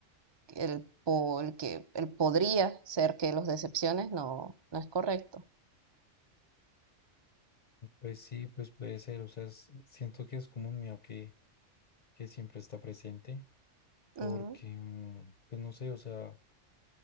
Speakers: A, on the right; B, on the left.
A: el, por el que el podría ser que los decepciones no, no es correcto.
B: pues sí, pues puede ser, o sea, es- siento que es como un miedo que, que siempre está presente, porque,
A: Ujú.
B: mm, pues no sé, o sea,